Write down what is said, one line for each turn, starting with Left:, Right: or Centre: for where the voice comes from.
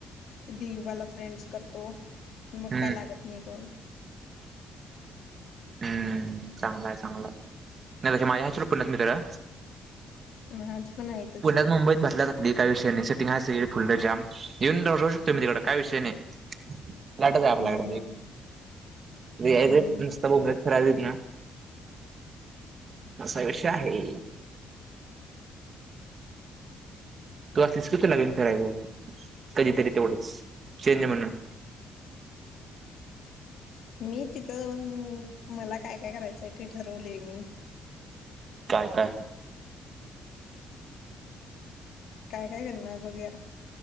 Left: दिवीबाला फ्रेंड्स करतो. मग
Right: हम्म
Left: काय लागत नई कोण.
Right: हम्म चांगलाय चांगलाय नाही तस माझ्या आहेत पुण्यात मित्र.
Left: माझी पण आहेतच
Right: पुण्यात
Left: की.
Right: मुंबईत भरल्यात आपली काय विषय नाही सेटिंग हाय सगळीकड फुल्ल जाम, येऊन दररोज येतोय मी तिकड काय विषय नाही. लाटच आहे आपल्याकड
Left: हम्म
Right: ही <unintelligible>
Left: हम्म
Right: बोंबलत फिरायचं आहे ना असा विषय आहे. तू असलीस की तुला घेऊन फिरायचं कधीतरी तेवढंच चेंज म्हणून
Left: मी तिथं जाऊन मला काय काय करायचंय तेे ठरवले मी.
Right: काय काय?
Left: <inaudible> काय काय करणार बघूया.